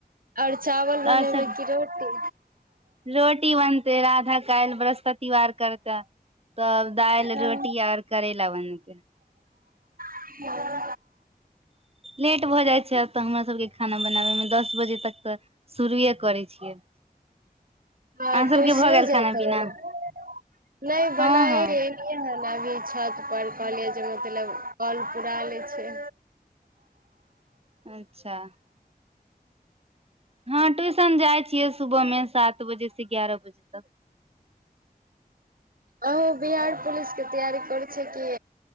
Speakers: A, on the right (about 65°); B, on the right (about 40°).
A: आर चावल
B: तऽ
A: बनेबै
B: आओर सब
A: की रोटी
B: रोटी बनते राधा काएल बृहस्पतिवार करता तब दाइल
A: हँ
B: रोटी आर करैला बनतै
A: <inaudible>
B: लेट भऽ जाइ छै तऽ हमरा सबके खाना बनाबै में दस बजे तक तऽ शुरुए करै छियै अहाँ
A: आ
B: सबके
A: टुएसनो
B: भऽ गेल
A: जाएत
B: खाना
A: जेबै
B: पीना
A: नऽ नय बनाएब
B: हँ हँ
A: <inaudible> मतलब कॉल पूराइ ले छिय
B: अच्छा हँ ट्यूशन जाइ छियै सुबह मे सात बजे से ग्यारह बजे तक
A: अहों बिहार पुलिस के तैयारी करै छै कि